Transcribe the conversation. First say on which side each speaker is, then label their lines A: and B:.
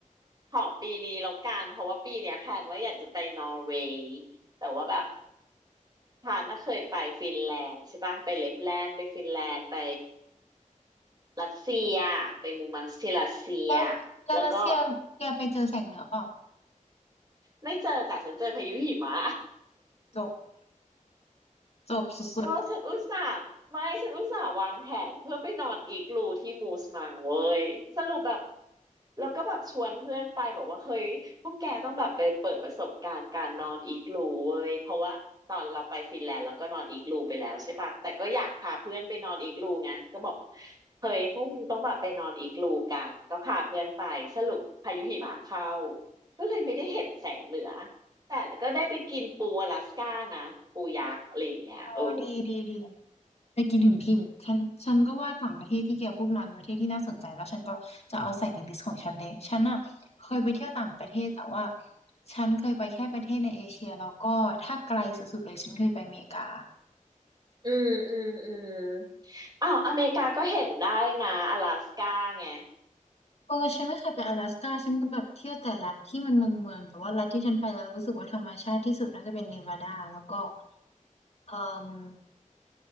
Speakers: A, on the right; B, on the left.
A: ขอปีนี้แล้วกันเพราะว่าปีเนี้ยแพลนว่าอยากจะไปนอร์เวย์แต่ว่าแบบ ฉันน่ะเคยไปฟินแลนด์ใช่ปะไปเลปแลนด์ ไปฟินแลนด์ ไปรัสเซีย ไปมูมังสที่รัสเซีย
B: แล้วแล้วรัสเซียแกไปเจอแสงเหนือเปล่า
A: แล้วก็ไม่เจอจ้ะฉันเจอพายุหิมะ
B: จบจบสุด
A: เออฉันอุตส่าห์ไม่ฉันอุตส่าห์วางแผนเพื่อไปนอนอีกลูที่มูสมังเว้ยสรุปแบบแล้วก็แบบชวนเพื่อนไปบอกว่าเฮ้ยพวกแกต้องแบบไปเปิดประสบการณ์การนอนอีกลูเว้ยเพราะว่าตอนเราไปฟินแลนด์เราก็นอนอีกลูไปแล้วใช่ปะแต่ก็อยากพาเพื่อนไปนอนอีกลูไงก็บอกว่าเฮ้ยพวกมึงต้องแบบไปนอนอีกลูกันก็พาเพื่อนไปสรุปพายุหิมะเข้าก็เลยไม่ได้เห็นแสงเหนือ แต่ก็ได้ไปกินปูอลาสก้านะปูยักษ์อะไรอย่างเงี้ยโอ้
B: ๆโอ้ดีดีดีไปกินถึงถิ่นฉันฉันก็ว่าต่างประเทศที่แกพูดมาเป็นประเทศที่น่าสนใจแล้วฉันก็จะเอาใส่ในลิสต์ของฉันเลยฉันอ่ะเคยไปเที่ยวต่างประเทศแต่ว่าฉันเคยไปแค่ประเทศในเอเชียแล้วก็ถ้าไกลสุดๆเลยฉันเคยไปอเมริกา
A: อืมอืมอืมอ้าวอเมริกาก็เห็นได้นะอลาสก้าไง
B: เออฉันไม่เคยไปอลาสก้าฉันก็แบบเที่ยวแต่รัฐที่มันเมืองเมืองแต่ว่ารัฐที่ฉันไปแล้วรู้สึกว่าธรรมชาติที่สุดน่าจะเป็นเนวาดาแล้วก็เอ่อ